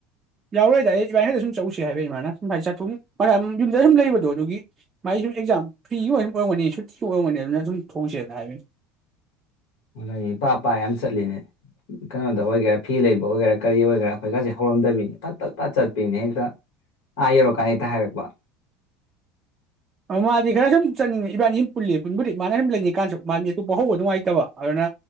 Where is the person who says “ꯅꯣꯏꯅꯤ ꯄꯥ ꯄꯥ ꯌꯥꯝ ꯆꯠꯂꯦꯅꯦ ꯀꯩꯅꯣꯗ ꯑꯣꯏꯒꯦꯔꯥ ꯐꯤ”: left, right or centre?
Left